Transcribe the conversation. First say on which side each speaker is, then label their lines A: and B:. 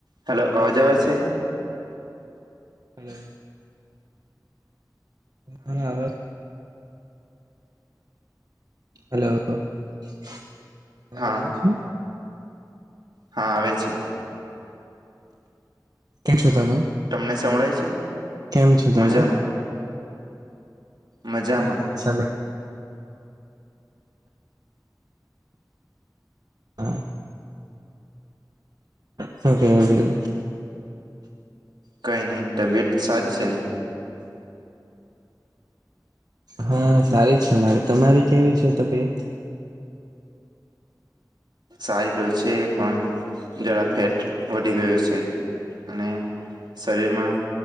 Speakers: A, on the right; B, on the right.
A: હાલો અવાજ આવે છે?
B: હમ હા આવ સ હલો અવાજ
A: હા
B: આવે છે?
A: હા આવે છે
B: ક્યાં છો તમે?
A: તમને સંભળાય છે
B: કેમ છો તમે?
A: મજામાં મજામાં
B: હા હા સંભાળ હા શું કે બીજુ
A: કઈ તબિયત સારી છેને?
B: હ સારી છે અમારી તમારી કેવી છે તબિયત?
A: સારી તો છે પણ જરા ફેટ વધી ગયો છે અને શરીરમાં